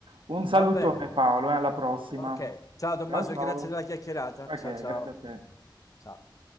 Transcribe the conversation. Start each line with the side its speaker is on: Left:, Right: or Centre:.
Right: Un salutone
Left: Va bene.
Right: Paolo, e alla prossima.
Left: Ok, ciao Tommaso,
Right: Ciao ciao.
Left: e grazie della chiacchierata.
Right: Ma
Left: Ciao
Right: che,
Left: ciao.
Right: grazie a te.
Left: Ciao.